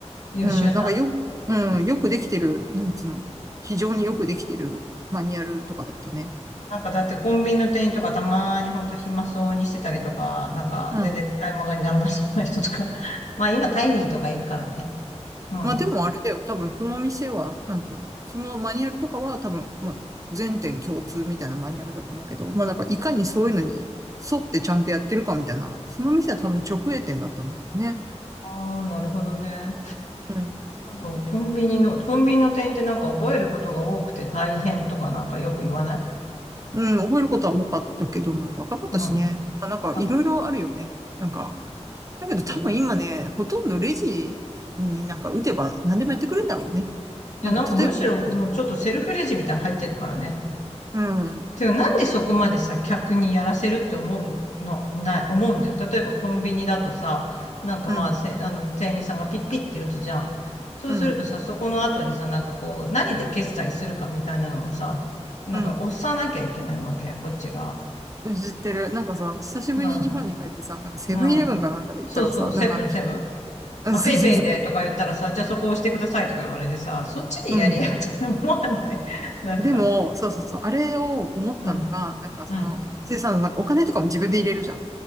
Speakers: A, on the left; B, on the right.
A: 優秀な。
B: うん、なんかよ、うん、よくできてる、なんつうの、非常によくできてるマニュアルとかだったね。
A: なんかだってコンビニの店員とかたまーにほんと暇そうにしてたりとか、なんか全然使い物にならなそうな人とか。
B: うん。
A: <laughs> まあ今タイミーとかいるからね。うん。
B: まあでもあれだよ。多分その店は、なんていうの、そのマニュアルとかは多分、まあ全店共通みたいなマニュアルだと思うけど、まあなんかいかにそういうのに沿ってちゃんとやってるかみたいな、その店は多分直営店だったんだろうね。
A: ああ、なるほどね。
B: うん。
A: そうコンビニの、コンビニの店員ってなんか覚えることが多くて大変とかなんかよく言わない
B: うん、覚えることは多かったけど、まあ若かったしね。
A: うん。
B: まあなんかいろいろあるよね。
A: あ、
B: なんか、だけど多分今ね、
A: そう。
B: ほとんどレジになんか打てば何でもやってくれるんだろうね。
A: いや、
B: なんか例えばさ、
A: なんかむしろもうちょっとセルフレジみたいなの入ってるからね。
B: うん、
A: てか、なんでそこまでさ、客にやらせるって思うの、ない、思うんだよ。例えばコンビニだとさ、なんかまあ、
B: うん、
A: せあの、店員さんがピッピッって打つじゃん。そうするとさ、
B: うん、
A: そこの後にさ、なんかこう、何で決済するかみたいなのをさ、なんか押さなきゃいけないわけ、
B: うん。
A: こっちが。
B: 知ってる。なんかさ、久しぶりに日本に帰ってさ、
A: う
B: なんかセブンイレブンかなんかで行ったらさ、
A: ん、うん。そうそう、
B: なんか、
A: セブン、セブン。
B: うん、
A: まあ、
B: そうそうそう。
A: ペイペイでとか言ったらさ、じゃあそこ押してくださいとか言われてさ、そっちでやりやって思わない。
B: うん。
A: <laughs> なんか、
B: でも、そうそうそう。あれを思ったのが、
A: うん、
B: なんかその、
A: うん。
B: 生産なんかお金とかも自分で入れるじゃん。